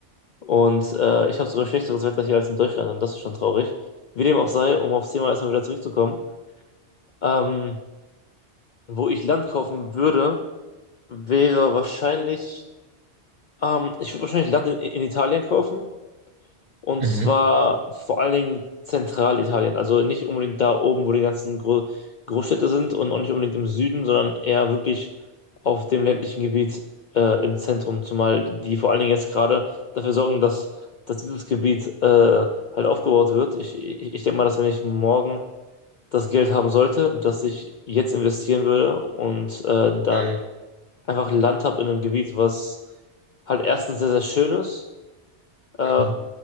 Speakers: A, on the left (about 60°); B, on the right (about 45°).
A: Und äh, ich habe sogar schlechteres Wetter hier als in Deutschland und das ist schon traurig. Wie dem auch sei, um aufs Thema erstmal wieder zurückzukommen. Ähm, wo ich Land kaufen würde, wäre wahrscheinlich, ähm, ich würde wahrscheinlich Land in, in Italien kaufen. Und
B: Mhm.
A: zwar vor allen Dingen Zentralitalien. Also nicht unbedingt da oben, wo die ganzen Gro Großstädte sind und auch nicht unbedingt im Süden, sondern eher wirklich auf dem ländlichen Gebiet äh, im Zentrum. Zumal die vor allen Dingen jetzt gerade dafür sorgen, dass, dass dieses Gebiet äh, halt aufgebaut wird. Ich, ich, ich denke mal, dass wenn ich morgen das Geld haben sollte, dass ich jetzt investieren würde und äh, dann
B: Mhm.
A: einfach Land habe in einem Gebiet, was halt erstens sehr, sehr schön ist, äh,
B: Mhm.